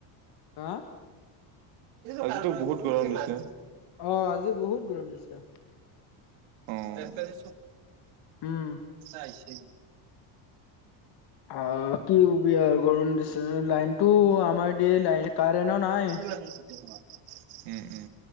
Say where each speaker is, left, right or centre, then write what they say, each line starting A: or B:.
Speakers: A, on the left; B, on the right.
A: হা,
B: আজিতো বহুত গৰম দিছে।
A: অ আজি বহুত গৰম দিছে।
B: অ <unintelligible>
A: উম
B: আহিছে।
A: অ কি কবিআও গম দিছে লাইনটো আমাৰ দে লাইন কাৰেন্টো নাই।
B: উম উম